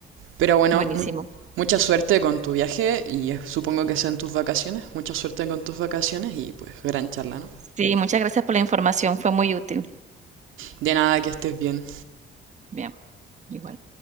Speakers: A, on the right; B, on the right.
A: Pero bueno,
B: buenísimo.
A: mu- mucha suerte con tu viaje y eh, supongo que sean tus vacaciones. Mucha suerte con tus vacaciones y pues gran charla, ¿no?
B: Sí, muchas gracias por la información, fue muy útil.
A: De nada, que estés bien.
B: Bien, igual.